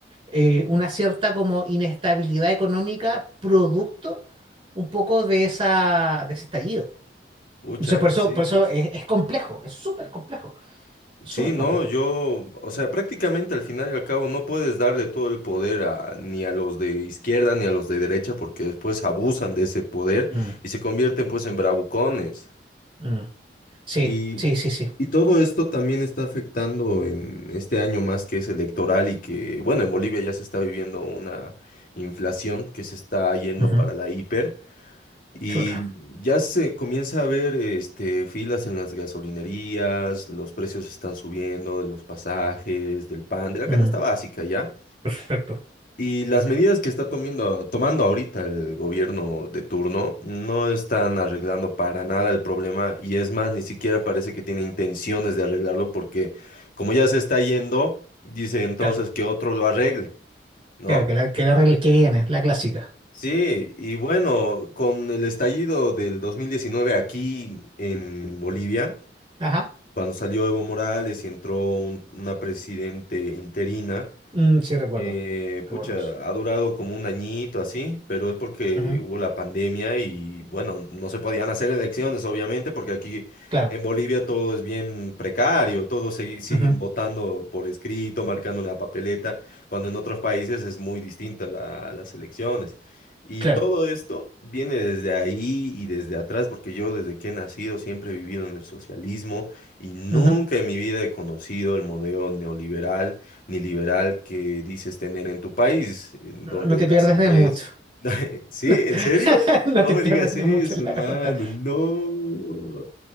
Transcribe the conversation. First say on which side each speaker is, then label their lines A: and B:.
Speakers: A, on the right; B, on the left.
A: eh, una cierta como inestabilidad económica producto un poco de esa, de ese estallido.
B: Pucha,
A: Entonces, por eso,
B: sí,
A: por eso
B: pues.
A: es, es complejo, es súper complejo, súper
B: Sí, no,
A: complejo.
B: yo, o sea, prácticamente al final y al cabo no puedes darle todo el poder a, ni a los de izquierda ni a los de derecha porque después abusan de ese poder
A: Mm,
B: y se convierten pues en bravucones.
A: mm. Sí,
B: Y,
A: sí, sí, sí.
B: y todo esto también está afectando en este año más que es electoral y que, bueno, en Bolivia ya se está viviendo una inflación que se está yendo
A: Ujú.
B: para la hiper y
A: Chuta.
B: ya se comienza a ver este, filas en las gasolinerías, los precios están subiendo de los pasajes, del pan, de la
A: Mm.
B: canasta básica, ¿ya?
A: Perfecto.
B: Y las medidas que está tomando, tomando ahorita el gobierno de turno no están arreglando para nada el problema y es más, ni siquiera parece que tiene intenciones de arreglarlo porque como ya se está yendo, dice entonces
A: Claro.
B: que otro lo arregle, ¿no?
A: Claro, que la, que la regla que viene, la clásica.
B: Sí, y bueno, con el estallido del 2019 aquí en Bolivia,
A: Ajá.
B: cuando salió Evo Morales y entró un- una presidente interina,
A: Mm, sí, recuerdo.
B: Eh,
A: Recuerdo
B: pucha,
A: eso.
B: ha durado como un añito así, pero es porque
A: Ujú.
B: hubo la pandemia y bueno, no se podían hacer elecciones, obviamente, porque aquí
A: Claro,
B: en Bolivia todo es bien precario, todos se- siguen
A: Ujú.
B: votando por escrito, marcando en la papeleta, cuando en otros países es muy distinta la- las elecciones. Y
A: claro.
B: todo esto viene desde ahí y desde atrás, porque yo desde que he nacido siempre he vivido en el socialismo y nunca
A: Ujú.
B: en mi vida he conocido el modelo neoliberal ni liberal que dices tener en tu país, en
A: No
B: donde
A: no te
B: las
A: pierdes
B: empresas...
A: de mucho.
B: <laughs> ¿Sí? ¿En
A: <laughs>
B: serio?
A: No
B: No
A: te
B: me
A: pierdes
B: digas
A: de
B: eso,
A: mucho, la
B: hermano.
A: verdad.
B: No.